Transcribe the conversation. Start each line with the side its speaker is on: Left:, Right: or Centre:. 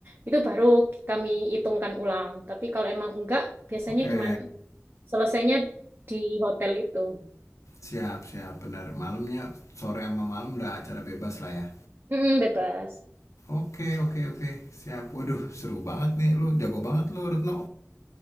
Right: Itu baru kami hitungkan ulang. Tapi kalau emang enggak, biasanya
Left: Oke.
Right: cuman selesainya di hotel itu.
Left: Siap, siap. Benar. Malamnya sore sama malam udah acara bebas lah ya.
Right: Mm, bebas.
Left: Oke oke oke siap. Waduh seru banget nih lu jago banget lu Retno